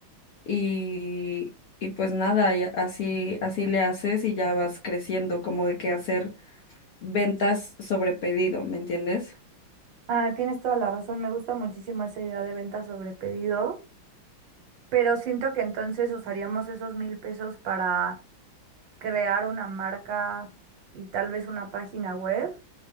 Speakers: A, on the left; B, on the right.
A: y, y pues nada, y así, así le haces y ya vas creciendo como de que hacer ventas sobre pedido, ¿me entiendes?
B: Ah, tienes toda la razón, me gusta muchísimo esa idea de venta sobre pedido, pero siento que entonces usaríamos esos mil pesos para crear una marca y tal vez una página web,